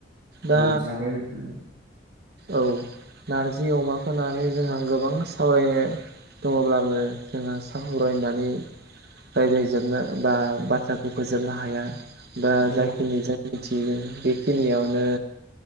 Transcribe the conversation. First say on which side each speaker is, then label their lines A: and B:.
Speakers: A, on the right; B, on the right.
A: दा
B: औ जाबाय नोंथां
A: औ नारजि अमाखौ नानै जोंहा गो बां सावरायनो दङब्लाबो जोंहा सावरायनानै रायज्लायजोबनो बा बाथ्राखौ फोजोबनो हाया बा
B: औ
A: जाखिनि जों थिदों बेखिनियावनो